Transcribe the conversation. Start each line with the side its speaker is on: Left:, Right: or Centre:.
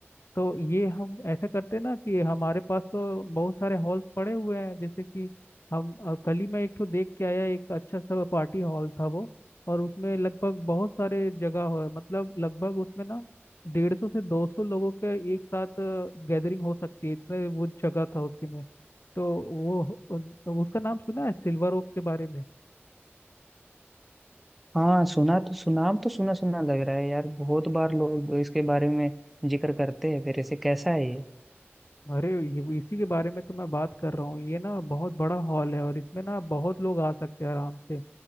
Left: तो ये हम ऐसे करते ना कि हमारे पास तो बहुत सारे हॉल्स पड़े हुए हैं जैसे कि हम अ, कल ही मैं एक तो देख के आया एक अच्छा सा पार्टी हॉल था वो और उसमें लगभग बहुत सारे जगह हो मतलब लगभग उसमें ना डेढ़ सौ से दो सौ लोगों के एक साथ गैदरिंग हो सकती है इतने वो जगह था उसके में तो वो उन- उसका नाम सुना है सिल्वर ओक के बारे में
Centre: हाँ सुना तो सुनाम तो सुना सुना लग रहा है यार बहुत बार लोग इसके बारे में जिक्र करते हैं फिर ऐसे कैसा है ये
Left: अरे ये- इसी के बारे में तो मैं बात कर रहा हूँ ये ना बहुत बड़ा हॉल है और इसमें ना बहुत लोग आ सकते हैं आराम से